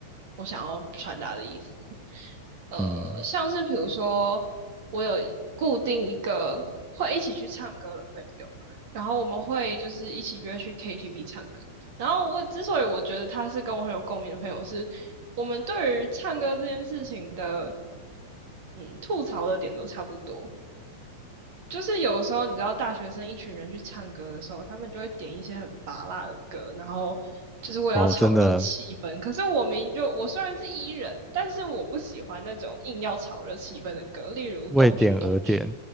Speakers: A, on the right; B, in the centre.
A: 我想要传达的意思。呃，
B: 嗯，
A: 像是比如说，我有固定一个会一起去唱歌的朋友。然后我们会就是一起约去 KTV 唱歌。然后我之所以我觉得他是跟我很有共鸣的朋友是，我们对于唱歌这件事情的，嗯，吐槽的点都差不多。就是有时候你知道，大学生一群人去唱歌的时候，他们就会点一些很拔辣的歌，然后就是为了要炒热气氛。
B: 哦，真的
A: 可是我明明就我虽然是 E 人，但是我不喜欢那种硬要炒热气氛的歌，例如《东区东区》。
B: 为点而点，